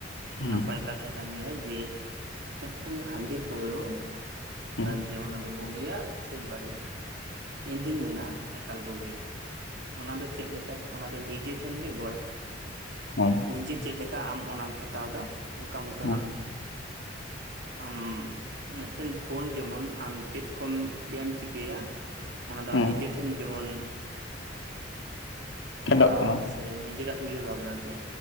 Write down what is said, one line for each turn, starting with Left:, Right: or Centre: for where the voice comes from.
Left: ᱦᱩᱸ
Right: ᱱᱟᱯᱟᱭ ᱠᱟᱛ ᱛᱟ ᱠᱟᱱ ᱜᱮᱭᱟ ᱡᱮ ᱢᱤᱫᱴᱟᱝ ᱦᱟᱺᱰᱤ ᱯᱟᱹᱣᱨᱟᱹ
Left: ᱦᱩᱸ
Right: ᱡᱮ ᱚᱱᱟ ᱫᱚ ᱵᱩ ᱤᱭᱟ ᱥᱮ ᱵᱟᱹᱲᱤᱡᱼᱟ ᱤᱧ ᱫᱩᱧ ᱢᱮᱱᱟ ᱮᱠᱟᱞ ᱵᱩᱜᱤᱼᱟ ᱚᱱᱟ ᱫᱚ ᱪᱮᱫ ᱞᱮᱠᱟᱨᱮ ᱚᱱᱟ ᱫᱚ ᱱᱤᱡᱮ ᱴᱷᱮᱱ ᱜᱮ ᱜᱚᱲᱟ
Left: ᱦᱮᱸ
Right: ᱱᱤᱡᱮ ᱪᱮᱫ ᱞᱮᱠᱟᱢ ᱚᱱᱟᱢ ᱚᱱᱟ ᱮᱢ ᱦᱟᱛᱟᱣᱫᱟ ᱾ ᱚᱱᱠᱟ ᱢᱚᱛᱚᱱᱟᱜ
Left: ᱦᱮᱸ
Right: ᱟᱢ ᱢᱤᱫᱴᱮᱱ ᱯᱷᱳᱱ ᱡᱮᱢᱚᱱ ᱟᱢ ᱪᱮᱫ ᱠᱚᱢ ᱪᱮᱫ ᱪᱤᱠᱟᱹᱭᱟ ᱾ ᱚᱱᱟ ᱫᱚ
Left: ᱦᱮᱸ
Right: ᱱᱤᱡᱮᱴᱷᱮᱱ ᱡᱮᱢᱚᱱ
Left: ᱯᱷᱮᱰᱚᱜ
Right: ᱜᱚᱲᱟ
Left: ᱠᱟᱱᱟ
Right: ᱥᱮ ᱱᱤᱡᱮᱨᱟᱜ ᱩᱭᱦᱟᱹᱨ ᱵᱷᱟᱵᱱᱟ ᱛᱮ